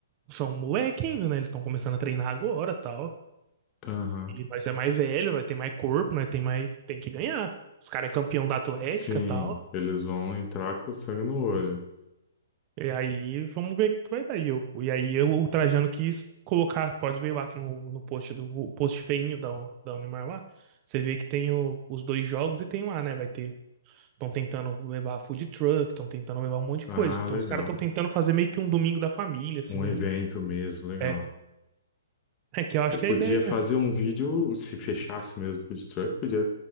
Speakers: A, on the right; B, on the left.
A: são moleque ainda, né? Eles estão começando a treinar agora, tal.
B: Aham.
A: E nós é mais velho, vai ter mais corpo, né tem mais tem que ganhar. Os caras é campeão da Atlética,
B: Sim,
A: tal.
B: eles vão entrar com sangue no olho.
A: E aí vamos ver o que vai dar. E, eu, e aí eu, o Trajano quis colocar, pode ver lá aqui no, no post do o post feinho da, da Unimar lá. Você vê que tem o- os dois jogos e tem lá, né? Vai ter Estão tentando levar food truck, estão tentando levar um monte de
B: Ah,
A: coisa. Então
B: legal.
A: os caras estão tentando fazer meio que um domingo da família, assim.
B: Um evento
A: ó.
B: mesmo, legal.
A: É. É que eu acho
B: É, podia
A: que é a ideia.
B: fazer
A: né?
B: um vídeo, se fechasse mesmo o food truck, podia,